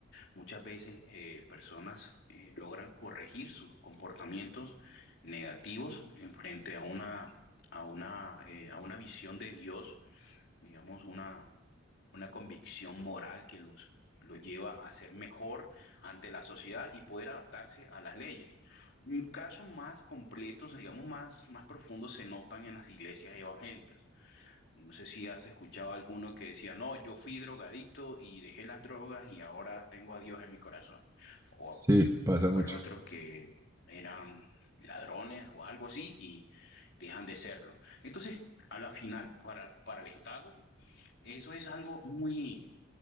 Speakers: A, on the left (about 55°); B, on the right (about 15°).
A: Muchas veces eh, personas eh, logran corregir sus comportamientos negativos en frente a una, a una, eh, a una visión de Dios, digamos, una, una convicción moral que los, los lleva a ser mejor ante la sociedad y poder adaptarse a las leyes. Casos más completos, digamos, más, más profundos se notan en las iglesias evangélicas. No sé si has escuchado a alguno que decía, no, yo fui drogadicto y dejé las drogas y ahora tengo a Dios en mi corazón. O
B: Sí, pasa mucho.
A: al otros que eran ladrones o algo así y dejan de serlo. Entonces, a la final, para, para el Estado, eso es algo muy,